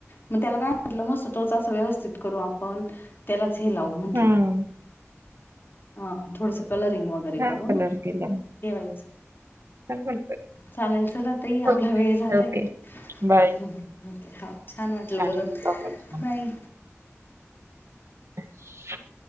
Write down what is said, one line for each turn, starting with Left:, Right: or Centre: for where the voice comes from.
Left: मगं त्यांला कायं म्हटलं मस्तं तोंच व्यवस्थित करूं आपणं त्यांलाचं हे लावूं म्हंटलं
Right: हां.
Left: अं थोडंसं कलरिंग वगैरें वगैरें
Right: हां,
Left: करूंन
Right: कलर केला.
Left: ठेवायचं
Right: छान वाटतंय.
Left: चालेल चलां ताई
Right: हो.
Left: आपलां वेळं झालायं
Right: ओके.
Left: आहे
Right: बाय.
Left: छांन वाटलं
Right: छान
Left: बोलूंन. बांय
Right: <unintelligible>